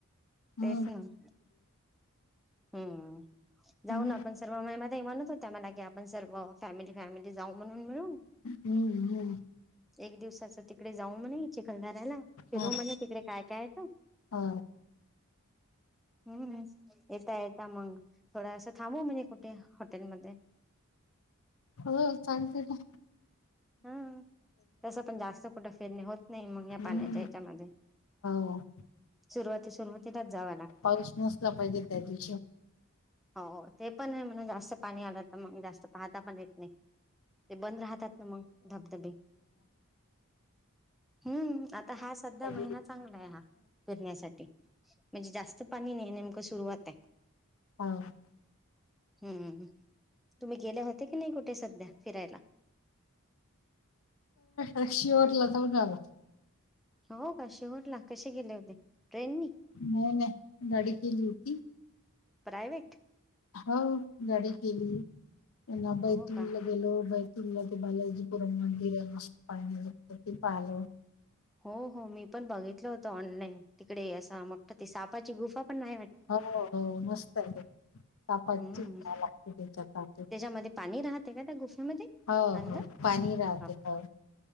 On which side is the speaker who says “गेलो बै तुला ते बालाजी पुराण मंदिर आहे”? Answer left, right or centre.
Left